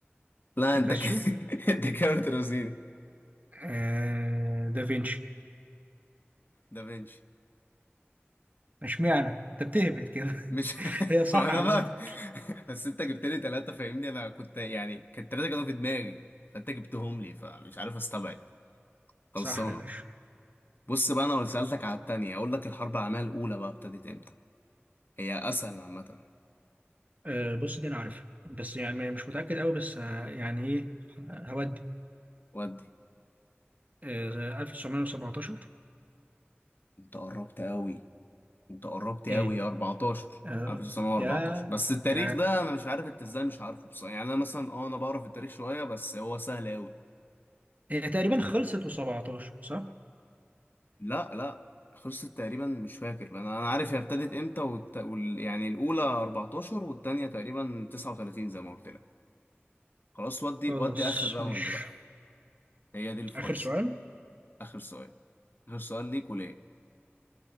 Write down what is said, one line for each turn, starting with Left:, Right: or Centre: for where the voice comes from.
Left: لا
Right: بيكاسو
Left: انت ك... <laughs> انت كده بترازيني
Right: آه دافنشي
Left: دافنشي
Right: اشمعنى انت بتهبط كده
Left: مش
Right: <laughs>
Left: <laughs>
Right: هي صح
Left: هو انا
Right: عامة
Left: بقى <laughs> بس انت جبت لي ثلاثة فاهمني انا كنت يعني كانت ثلاثة كانوا في دماغي فانت جبتهم لي فمش عارف استبعد
Right: صح
Left: خلصانة
Right: يا باشا
Left: بص بقى انا لو سألتك على التانية اقول لك الحرب العالمية الاولى بقى ابتدت امتى هي اسهل عامة
Right: آه بص دي انا عارفها بس يعني مش متأكد قوي بس آه، يعني ايه هودي
Left: ودي
Right: آه 1917
Left: انت قربت قوي انت قربت قوي
Right: ايه
Left: يا 14
Right: آه
Left: 1914
Right: يا
Left: بس التاريخ
Right: يا
Left: ده انا مش عارف انت ازاي مش عارفه بصراحة يعني انا مثلا اه انا بعرف التاريخ شوية بس هو سهل قوي
Right: هي تقريبا خلصت و17 صح
Left: لا لا خلصت تقريبا مش فاكر انا انا عارف هي ابتدت امتى والت... وال... يعني الاولى 14 والتانية تقريبا 39 زي ما قلت لك خلاص ودي
Right: خلاص
Left: ودي اخر راوند
Right: مش
Left: بقى هي دي الفيصل
Right: آخر سؤال
Left: اخر سؤال اخر سؤال ليك وليه